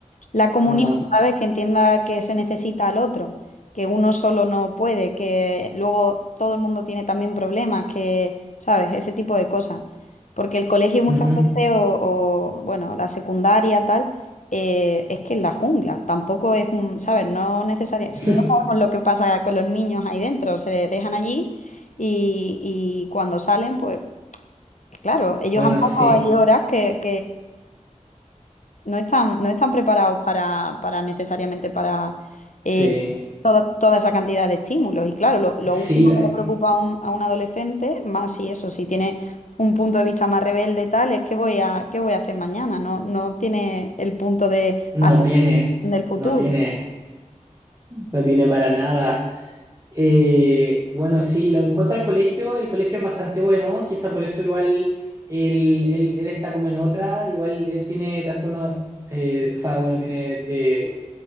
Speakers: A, on the left; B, on the right.
A: La comunión,
B: No.
A: ¿sabes? Que entienda que se necesita al otro, que uno solo no puede, que luego todo el mundo tiene también problemas, que, ¿sabes? Ese tipo de cosas. Porque el colegio muchas
B: ujú.
A: veces, o, o, bueno, la secundaria, tal, eh, es que es la jungla, tampoco es un, ¿sabes? No necesariamente,
B: <laughs>
A: no sabemos lo que pasa con los niños ahí dentro, se dejan allí y, y cuando salen, pues, claro, ellos
B: Bueno,
A: han pasado
B: sí,
A: ahí horas que, no están, no están preparados para, para necesariamente para eh,
B: sí.
A: toda, toda esa cantidad de estímulos. Y claro, lo, lo
B: Sí,
A: último
B: la
A: que le preocupa a un, a un adolescente, más si eso, si tiene un punto de vista más rebelde, tal, es qué voy a, qué voy a hacer mañana. No, no tiene el punto de
B: No
A: hacer
B: tiene,
A: del futuro.
B: no tiene, no tiene para nada. Eh, bueno, sí, lo, en cuanto al colegio, el colegio es bastante bueno, quizá por eso igual él, él- él está como en otra, igual él tiene trastorno, eh, o sea, bueno, tiene eh,